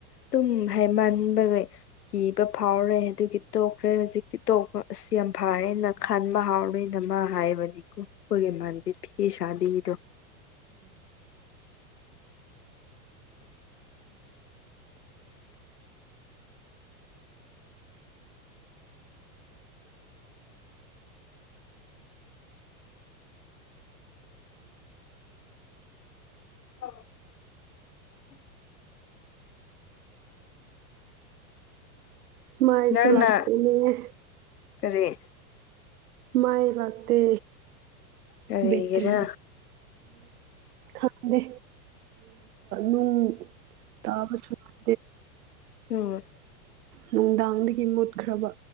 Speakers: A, on the left; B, on the right.
A: ꯇꯨꯝ ꯍꯥꯏꯃꯟꯕꯒꯤ ꯀꯤꯕ ꯐꯥꯎꯔꯦ ꯑꯗꯨꯒꯤ ꯇꯣꯛꯈ꯭ꯔꯦ ꯍꯧꯖꯤꯛꯇꯤ ꯇꯣꯛꯄ ꯑꯁ ꯌꯥꯝ ꯐꯥꯔꯦ ꯈꯟꯕ ꯍꯥꯎꯔꯣꯏꯅ ꯃꯥꯍꯥꯏꯕꯅꯤꯀꯣ ꯑꯩꯈꯣꯏꯒꯤ ꯏꯃꯥꯟꯕꯤ ꯐꯤ ꯁꯥꯕꯤꯗꯣ <unintelligible>
B: ꯃꯥꯥꯏꯁꯨ
A: ꯅꯪꯅ
B: ꯂꯥꯛꯇꯦꯅꯦ
A: ꯀꯔꯤ
B: ꯃꯩ ꯂꯥꯛꯇꯦ
A: ꯀꯔꯤꯒꯤꯔ
B: ꯕꯦꯇꯔꯤ ꯈꯪꯗꯦ ꯅꯨꯡ ꯇꯥꯕꯁꯨ <unintelligible>
A: ꯎꯝ
B: ꯅꯨꯡꯗꯥꯡꯗꯒꯤ ꯃꯨꯠꯈ꯭ꯔꯕ